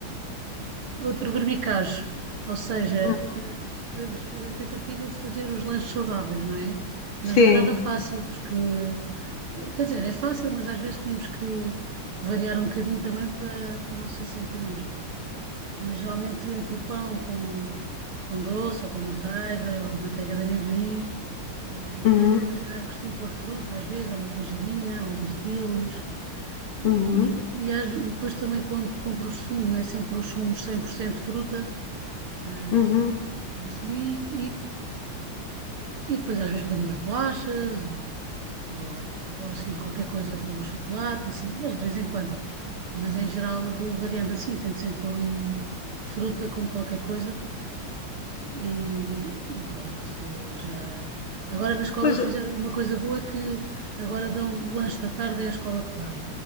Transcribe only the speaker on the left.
Hum,
Sim.
Uhum,
uhum,
uhum.
Pois,